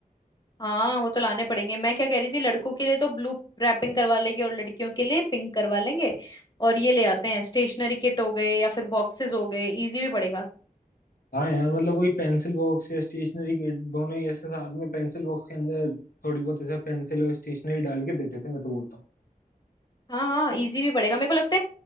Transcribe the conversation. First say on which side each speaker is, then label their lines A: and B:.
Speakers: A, on the left; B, on the left.
A: हाँ वो तो लाने पड़ेंगे मैं क्या कह रही थी लड़कों के लिए तो ब्लू रैपिंग करवा लेंगे और लड़कियों के लिए पिंक करवा लेंगे और ये ले आते हैं स्टेशनरी किट हो गए या फिर बॉक्सेस हो गए इजी भी पड़ेगा
B: हाँ यार मतलब वही पेंसिल बॉक्स या स्टेशनरी किट दोनों ही ऐसे साथ में पेंसिल बॉक्स के अंदर थोड़ी बहुत ऐसे पेंसिल और स्टेशनरी डाल के दे देते हैं मैं तो बोलता हूँ
A: हाँ हाँ इजी भी पड़ेगा मेरे को लगता है